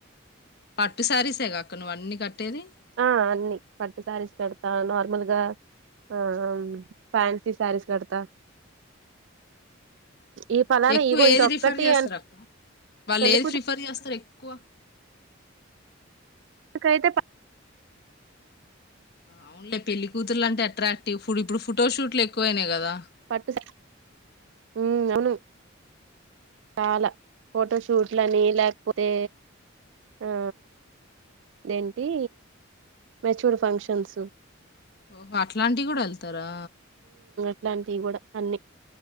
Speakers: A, on the left; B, on the right.
A: పట్టు సారీసేగా అక్క నువ్వు అన్ని కట్టేది
B: ఆ అన్ని పట్టు శారీస్ కడతా నార్మల్గా ఆ ఫ్యాన్సీ శారీస్ కడతా ఈ పలానా
A: ఎక్కువ
B: ఇగో
A: ఏది
B: ఇది ఒక్కటి
A: రిఫర్ చేస్తారు
B: అని
A: అక్క వాళ్ళు
B: పెళ్లి
A: ఏది ప్రిఫర్ చేస్తారు ఎక్ కు <unintelligible>
B: కైతే పా <inaudible>
A: అవునులే పెళ్లి కూతురులు అంటే అట్రాక్టివ్ ఇప్పుడు ఇప్పుడు ఫోటోషూట్లు ఎక్కువ అయినయి కదా
B: పట్టు సారీ ఉ అవును చాలా ఫోటోషూట్లని లేకపోతే ఆ అదేంటి మెచ్యూర్డ్ ఫంక్షన్స్
A: ఓహో అట్లాంటివి కూడా వెళ్తారా
B: ఇట్లాంటివి కూడా అన్ని